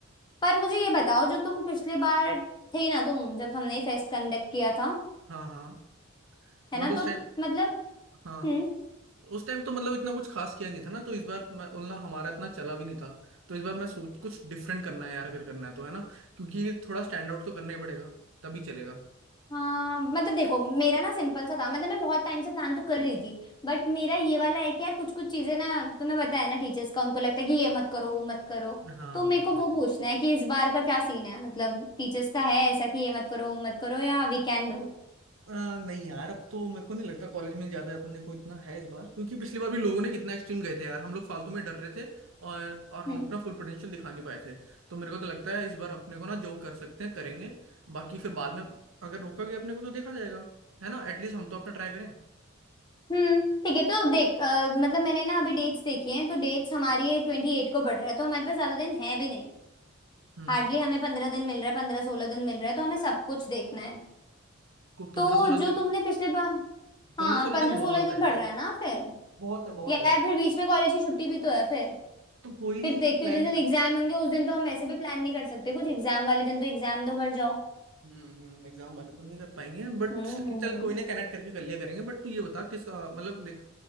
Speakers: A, on the left (about 20°); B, on the right (about 75°).
A: पर मुझे ये बताओ जो तुम पिछले बार थे ना तुम जब हमने फेस्ट कंडक्ट किया था
B: हाँ हाँ
A: है
B: बट
A: ना
B: उस
A: तो
B: टाइम
A: मतलब
B: हाँ
A: हम्म?
B: उस टाइम तो मतलब इतना कुछ खास किया नहीं था ना तो इस बार मैं उतना हमारा इतना चला भी नहीं था तो इस बार मैं सोच कुछ डिफरेंट करना है यार अगर करना है तो है ना क्योंकि थोड़ा स्टैंड आउट तो करना ही पड़ेगा तभी चलेगा
A: हाँ मतलब देखो मेरा ना सिंपल सा था मतलब मैं बहुत टाइम से प्लान तो कर रही थी बट मेरा ये वाला है कि यार कुछ कुछ चीजें ना तुम्हें पता है ना टीचर्स का उनको लगता है कि ये मत करो वो मत करो
B: हाँ
A: तो मेरे
B: वो
A: को
B: तो है
A: वो पूछना है कि इस बार का क्या सीन है मतलब टीचर्स का है ऐसा कि ये मत करो वो मत करो या वी कैन डू
B: आ, नहीं यार अब तो मेरे को नहीं लगता कॉलेज में ज्यादा अपने को इतना है इस बार क्योंकि पिछली बार भी लोगों ने कितना एक्सट्रीम गए थे यार हम लोग फालतू में डर रहे थे और और हम
A: हम्म
B: अपना फुल पोटेंशियल दिखा नहीं पाए थे तो मेरे को तो लगता है इस बार अपने को ना जो कर सकते हैं करेंगे बाकी फिर बाद में अगर रोका गया अपने को तो देखा जाएगा है ना एटलीस्ट हम तो अपना ट्राई करें
A: हम्म ठीक है तो देख अ, मतलब मैंने ना अभी डेट्स देखी हैं तो डेट्स हमारी ट्वेंटी एट को बढ़ रहा है तो हमारे पास ज्यादा दिन है भी नहीं
B: हम्म
A: हार्डली हमें पंद्रह दिन मिल रहा है पंद्रह सोलह दिन मिल रहा है तो हमें सब कुछ देखना है
B: को
A: तो
B: पंद्रह सोलह
A: जो
B: दिन
A: तुमने पिछले बार
B: पंद्रह
A: हाँ
B: सोलह
A: पंद्रह
B: दिन बहुत
A: सोलह दिन
B: है
A: पढ़ रहा है ना फिर
B: बहुत है बहुत
A: यार
B: है
A: फिर बीच में कॉलेज की छुट्टी भी तो है फिर
B: तो कोई
A: फिर
B: नहीं
A: देखियो
B: प्लान
A: जिस दिन एग्जाम होंगे उस दिन तो हम वैसे भी प्लान नहीं कर सकते कुछ एग्जाम वाले दिन तो एग्जाम दो घर जाओ
B: हम्म एग्जाम वाले तो नहीं कर पाएंगे बट
A: हम्म
B: चल कोई ना कनेक्ट करके कर लिया करेंगे बट तू ये बता किसका मतलब देख